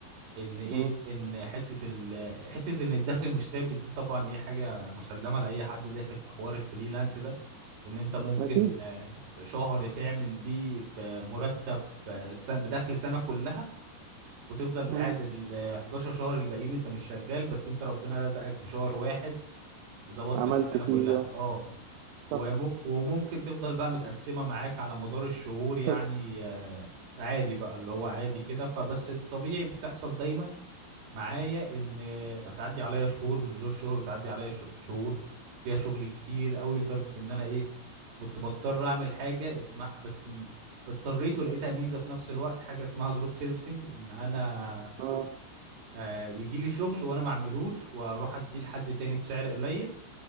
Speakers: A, on the right; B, on the right.
A: ان ايه
B: مم.
A: ان حته ال حته ان الدخل مش ثابت دي طبعا ايه حاجه مسلمه لاي حد داخل في حوار الفريلانس ده ان انت ممكن
B: أكيد
A: آه، شهر تعمل بيه بمرتب آه، س- بدخل سنة كلها وتفضل
B: مم.
A: قاعد ال 11 شهر الباقيين انت مش شغال بس انت ربنا رزقك بشهر واحد ظبط
B: عملت
A: لك السنة
B: فيه
A: كلها
B: اه
A: اه
B: صح
A: وم- وممكن تفضل بقى متقسمة معاك على مدار الشهور يعني
B: <laughs>
A: آه، عادي بقى اللي هو عادي كده فبس الطبيعي بتحصل دايما معايا ان هتعدي عليا شهور من غير شهر وتعدي عليا ش- شهور فيها شغل كتير قوي لدرجة ان انا ايه كنت بضطر اعمل حاجة اسمها بس م- اضطريت ولقيتها ميزة في نفس الوقت حاجة اسمها دروب سيرفيسنج ان انا
B: اه
A: آه يجي لي شغل وانا ما اعملوش واروح اديه لحد تاني بسعر قليل